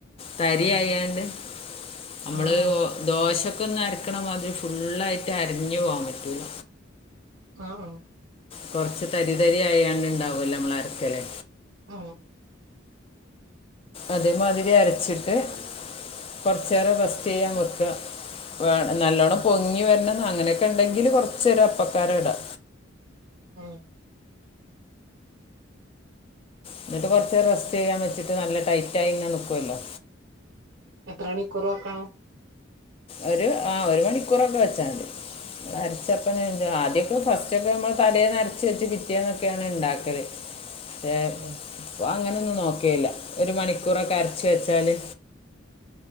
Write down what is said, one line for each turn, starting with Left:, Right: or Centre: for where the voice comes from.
Left: തരിയായാണ്ട് നമ്മള്
Right: ആഹ്
Left: ദോശക്കെന്ന് അരക്കണ മാതിരി ഫുള്ളായിട്ട് അരഞ്ഞു പോവാൻ പറ്റൂല
Right: ആഹ് ആഹ്
Left: കൊറച്ച് തരി തരി ആയാണ്ട് ഇണ്ടാവല്ലേ നമ്മള് അരക്കല്
Right: ആഹ്
Left: അതെ മതിരി അരച്ചിട്ട് കൊറച്ചോരം റസ്റ്റ് ചെയ്യാൻ വെക്ക വേ നല്ലോണ്ണം പൊങ്ങി വരണന്ന് അങ്ങനെക്കെ ഇണ്ടങ്കില് കൊറച്ച് അപ്പക്കാരം ഇടാ
Right: ആഹ്
Left: എന്നിട്ട് കൊറച്ചോരം റെസ്റ്റ് ചെയ്യാൻ വെച്ചിട്ട് നല്ല ടൈറ്റായിങ്ങനെ നിക്കുല്ലോ
Right: എത്ര മണിക്കൂറ് വെക്കണം
Left: ഒര് ആ ഒരു മണിക്കൂറൊക്കെ വെച്ചാൽ മതി അരച്ചപ്പന്നെ ചുടാ ആദ്യക്കെ ഫസ്റ്റ്ക്കെ നമ്മള് തലേനരച്ച് വെച്ച് പിറ്റേന്നെക്കെണ് ഇണ്ടാക്കല് ഏഹ്
Right: ഉം
Left: ഇപ്പ അങ്ങനൊന്നും നോക്കേല്ല ഒരു മണിക്കൂറൊക്കെ അരച്ച് വെച്ചാല്